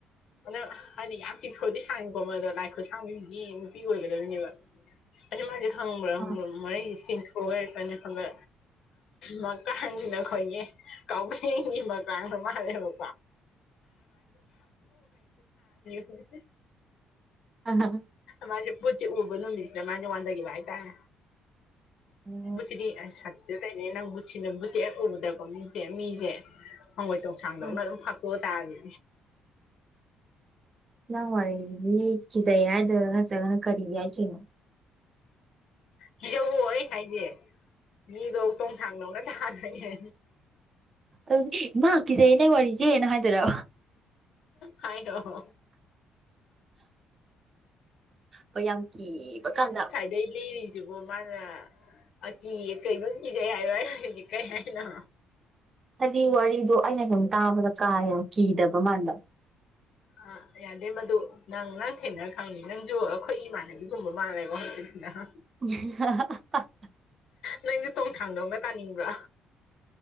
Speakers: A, on the left; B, on the right.
A: ꯑꯅ ꯍꯥꯏꯗꯤ ꯌꯥꯝ ꯇꯤꯡꯊꯣꯏꯗꯤ ꯁꯥꯡꯉꯤꯀꯣ ꯃ ꯑꯗꯣ ꯂꯥꯏ ꯈꯨꯣꯏꯁꯥꯡꯕꯤꯁꯤꯒꯤ ꯅꯨꯄꯤ ꯑꯣꯏꯒꯗꯣꯏꯅꯦꯕ ꯑꯁꯦ ꯃꯥꯖꯤ ꯈꯥꯡꯕꯕ
B: ꯑꯥ
A: ꯃꯣꯔꯦꯒꯤꯁꯤꯡ ꯁ ꯑꯣꯏꯔꯛꯄꯅꯤ ꯈꯕ ꯃꯔꯛꯇꯁꯤꯅ ꯑꯩ ꯈꯈꯣꯏꯒꯤ ꯀꯧꯅꯤ ꯃ ꯀꯥꯡ ꯃꯥꯔꯦꯕ <unintelligible>
B: ꯑ
A: ꯃꯥꯁꯦ ꯄꯨꯠ ꯆꯩ ꯎꯕꯨꯨꯅ ꯃꯤꯁ꯭ꯔ ꯃꯥꯅꯦꯦ ꯋꯥꯗꯒꯤ ꯥꯏ ꯇꯥꯏ
B: ꯎꯝ
A: ꯕꯨꯆꯔꯤ ꯁꯥꯇꯤꯗ ꯀꯥꯏꯅꯦ ꯅꯪ ꯕꯨꯆꯦ ꯎꯕꯗꯀꯣ ꯃꯤꯁꯦ ꯃꯤꯁꯦ ꯍꯪꯒꯣꯏ ꯇꯣꯡꯁꯥꯡꯗꯧꯅ
B: ꯑꯥ
A: ꯑꯗꯨꯝ ꯐꯄꯑ ꯇꯥꯔꯅꯦ
B: ꯅꯪ ꯋꯥꯔꯤꯗꯤ ꯀꯤꯖꯩ ꯍꯥꯏꯗꯣꯏꯔꯣ ꯅꯠꯇ꯭ꯔꯒꯅ ꯀꯔꯤ ꯍꯥꯏꯗꯣꯏꯅꯣ
A: ꯀꯤꯖꯧꯑꯣ ꯑꯩ ꯍꯥꯏꯁꯦ ꯃꯤꯗꯣ ꯇꯣꯡꯁꯥꯡꯗꯧꯅ ꯊꯥꯗꯣꯏꯅꯦ
B: ꯑꯗꯨꯃꯀꯤꯗ ꯅ ꯋꯥꯔꯤꯁꯦꯅ ꯍꯥꯏꯗꯣꯏꯔ
A: ꯍꯥꯏ ꯍꯣ ꯍꯣ
B: ꯍ ꯌꯥꯝ ꯀꯤꯕ ꯀꯥꯟꯗ
A: ꯂꯩ ꯂꯩꯔꯤꯁꯤꯦꯕꯣ ꯃꯥꯅꯦ ꯑꯀꯤꯌꯦ ꯀꯩꯕꯝ ꯀꯤꯖꯩ ꯍꯥꯏꯕꯔꯗꯤ ꯀꯩ ꯍꯥꯏꯅꯣ
B: ꯍꯥꯏꯕꯤ ꯋꯥꯔꯤꯗꯣ ꯑꯩꯅ ꯁꯨꯝ ꯇꯥꯕꯗ ꯀꯥ ꯍꯦꯟꯅ ꯀꯤꯗꯕ ꯃꯜꯥꯟꯕ
A: ꯑ ꯌꯥꯗꯦ ꯃꯗꯨ ꯅꯪ ꯅꯪ ꯊꯦꯡꯅꯔ ꯈꯪꯅꯤ ꯅꯪꯁꯨ ꯑꯩꯈꯣꯏ ꯏꯃꯥꯟꯅꯕꯤꯒꯨꯝꯕ ꯃꯥꯜꯂꯦꯀꯣ ꯍꯧꯖꯤꯛ ꯅꯪ
B: <unintelligible>
A: ꯅꯪꯁꯦ ꯇꯣꯡꯊꯥꯡꯗꯧꯅ ꯇꯥꯅꯤꯡꯕ꯭ꯔꯥ